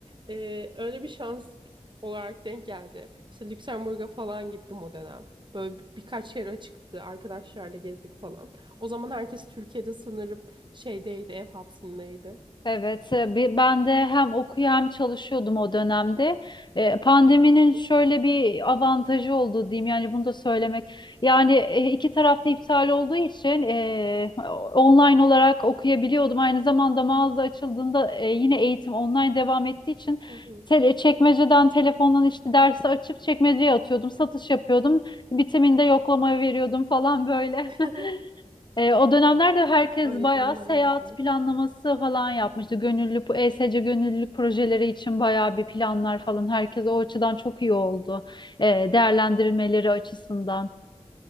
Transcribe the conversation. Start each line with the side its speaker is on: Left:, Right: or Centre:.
Right: Ee, öyle bir şans olarak denk geldi. İşte Lüksemburg'a falan gittim o dönem. Böyle bir- birkaç yere çıktı. Arkadaşlarla gezdik falan. O zaman herkes Türkiye'de sanırım şeydeydi, ev hapsindeydi.
Left: Evet, e, bi- ben de hem okuyor hem çalışıyordum o dönemde. E, Pandeminin şöyle bir avantajı oldu diyeyim yani bunu da söylemek. Yani e, iki tarafta iptal olduğu için e, online olarak okuyabiliyordum. Aynı zamanda mağaza açıldığında e, yine eğitim online devam ettiği için
Right: Hı hı.
Left: tele- çekmeceden telefondan işte dersi açıp çekmeceye atıyordum, satış yapıyordum. Bitiminde yoklama veriyordum falan böyle.
Right: <laughs>
Left: E, o dönemlerde
Right: Evet,
Left: herkes
Right: Öyle
Left: bayağı
Right: durumlar
Left: seyahat
Right: oldu.
Left: planlaması falan yapmıştı. Gönüllü, bu ESC gönüllülük projeleri için bayağı bir planlar falan. Herkes o açıdan çok iyi oldu. E, değerlendirilmeleri açısından.